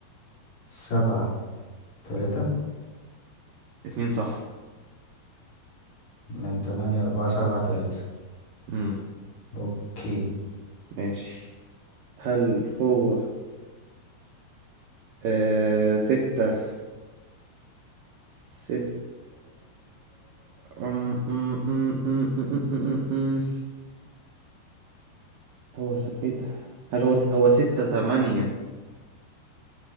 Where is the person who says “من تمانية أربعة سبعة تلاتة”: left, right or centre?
Left